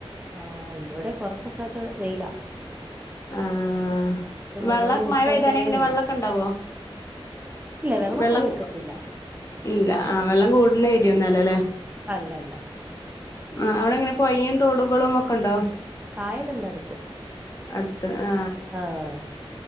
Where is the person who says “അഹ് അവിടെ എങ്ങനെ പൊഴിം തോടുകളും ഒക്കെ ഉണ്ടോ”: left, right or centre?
Left